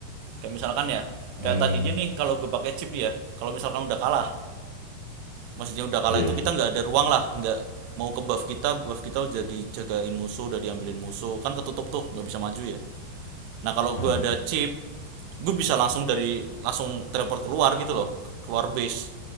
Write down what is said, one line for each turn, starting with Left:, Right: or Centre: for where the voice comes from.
Right: Kayak misalkan ya,
Left: Hmm,
Right: kayak tadinya nih kalau gue pakai chip ya, kalau misalkan udah kalah, maksudnya udah kalah
Left: iya.
Right: itu kita nggak ada ruang lah nggak mau ke buff kita buff kita udah dijagain musuh udah diambilin musuh kan ketutup tuh nggak bisa maju ya nah kalau
Left: Hmm.
Right: gue ada chip gue bisa langsung dari langsung teleport keluar gitu loh keluar base